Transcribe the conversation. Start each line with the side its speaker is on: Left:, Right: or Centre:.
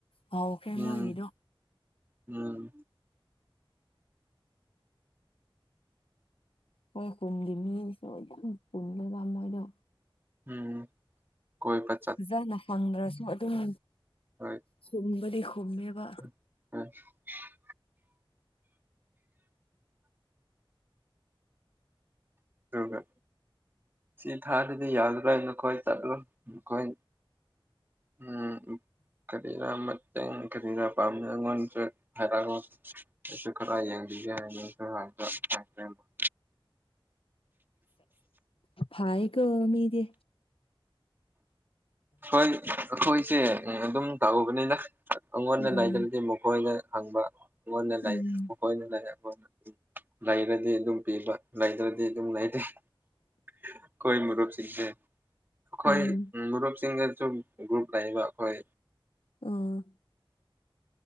Left: ꯍꯥꯎꯈ꯭ꯔꯦ
Right: ꯎꯝ
Left: ꯃꯣꯏꯒꯤꯗꯣ
Right: ꯎꯝ
Left: ꯍꯣꯏ ꯍꯨꯝꯒꯤ ꯃꯤꯁꯨ ꯌꯥꯝ ꯄꯨꯝꯃꯦꯕ ꯃꯣꯏꯗꯣ
Right: ꯎꯝ ꯀꯣꯏꯕꯠ
Left: ꯐꯖꯅ ꯐꯪꯗ꯭ꯔꯁꯨ ꯑꯗꯨꯝ
Right: ꯍꯣꯏ
Left: ꯁꯨꯝꯕꯗꯤ ꯈꯨꯝꯃꯦꯕ
Right: ꯎꯝ <unintelligible> <unintelligible> ꯑꯗꯨꯒ ꯁꯤ ꯊꯥꯗꯗꯤ ꯌꯥꯗꯔꯦ ꯅꯈꯣꯏ ꯆꯠꯂꯣ ꯅꯈꯣꯏ ꯎꯝ ꯀꯔꯤꯔꯥ ꯃꯇꯦꯡ ꯀꯔꯤꯔꯥ ꯄꯥꯝꯃꯦ ꯑꯩꯉꯣꯟꯁꯨ ꯍꯥꯏꯔꯛ ꯑꯩꯁꯨ ꯈꯔ ꯌꯦꯡꯁꯤꯒꯦ ꯍꯥꯏꯅ <unintelligible>
Left: ꯍꯥꯏꯒ ꯃꯤꯗꯤ
Right: ꯍꯣꯏ ꯑꯩꯈꯣꯏꯁꯦ ꯑꯗꯨꯝ ꯇꯥꯛꯎꯕꯅꯤꯗ ꯑꯩꯉꯣꯟꯗ
Left: ꯎꯝ
Right: ꯂꯩꯗ꯭ꯔꯗꯤ ꯃꯈꯣꯏꯗ ꯍꯪꯕ ꯅ ꯂꯩ
Left: ꯎꯝ
Right: ꯑꯩꯣꯏꯅ ꯂꯩ ꯑꯩ ꯂꯩꯔꯗꯤ ꯑꯗꯨꯝ <unintelligible> ꯄꯤꯕ ꯂꯩꯗ꯭ꯔꯗꯤ ꯑꯗꯨꯝ ꯂꯩꯔꯦ ꯑꯩꯈꯣꯏ ꯃꯔꯨꯞꯁꯤꯡꯁꯦ <unintelligible> ꯑꯩꯈꯣꯏ
Left: ꯎꯝ
Right: ꯃꯔꯔꯨꯞꯁꯤꯡꯒꯁꯨ ꯒ꯭ꯔꯨꯞ ꯂꯩꯕ ꯑꯩꯈꯣꯏ
Left: ꯑꯥ